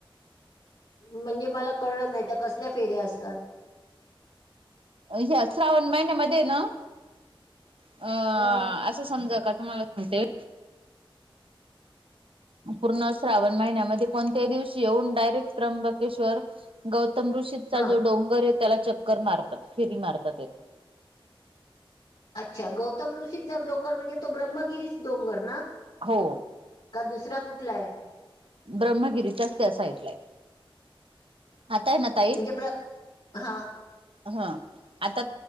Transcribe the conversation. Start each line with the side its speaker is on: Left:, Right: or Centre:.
Left: म्हणजे मला कळलं नाही त्या कसल्या फेऱ्या असतात?
Right: ह्या श्रावण महिन्यामध्ये ना अ
Left: हम्म
Right: असं समजा का तुम्हाला आणि ते पूर्ण श्रावण महिन्यामध्ये पण त्या दिवशी येऊन डायरेक्ट त्र्यंबकेश्वर गौतम ऋषीचा
Left: हा
Right: जो डोंगर आहे त्याला चक्कर मारतात फेरी मारतात.
Left: अच्छा गौतम ऋषीचा डोंगर म्हणजे तो ब्रम्मगिरीच डोंगर ना?
Right: हो.
Left: का दुसरा कुठला आहे?
Right: ब्रह्मगिरीच्याच त्या साईडला आहे. आता आहे ना ताई
Left: म्हणजे ब्र हा
Right: हां आता